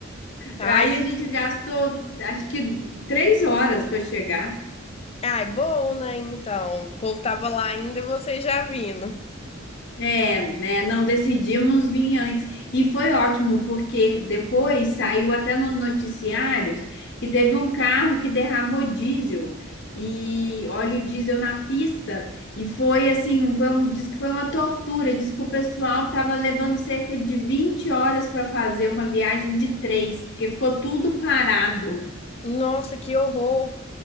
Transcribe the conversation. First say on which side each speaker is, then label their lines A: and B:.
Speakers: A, on the left; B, on the left.
A: Ai,
B: Aí
A: que...
B: a gente gastou acho que três horas para chegar.
A: Ai, bom, né? Então, o povo tava lá ainda e vocês já vindo.
B: É, né? Não decidimos vir antes. E foi ótimo, porque depois saiu até nos noticiários que teve um carro que derramou diesel e óleo diesel na pista. E foi assim, foi um, diz que foi uma tortura. Diz que o pessoal estava levando cerca de 20 horas para fazer uma viagem de três, porque ficou tudo parado.
A: Nossa, que horror!